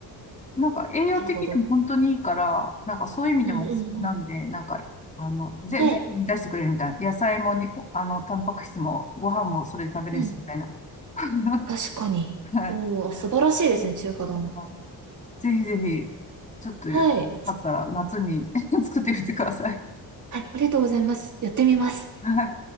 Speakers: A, on the left; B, on the right.
A: なんか栄養的にも本当にいいから、
B: なるほど。
A: なんかそういう意味でもおすすめなんで、
B: うんうんうん。
A: なんか、あの、ぜ、
B: はい。
A: 全部満たしてくれるみたいな。野菜もに、あの、タンパク質も、ご飯もそれで食べれるし、
B: うん。
A: みたいな。<laughs>
B: 確かに。
A: はい。
B: おー、素晴らしいですね、
A: うん
B: 中華丼。
A: はいぜひぜひ、ちょっと、
B: はい。
A: よかったら夏に
B: つ
A: <laughs> 作ってみてください。
B: はい、ありがとうございます。やってみます。
A: はい。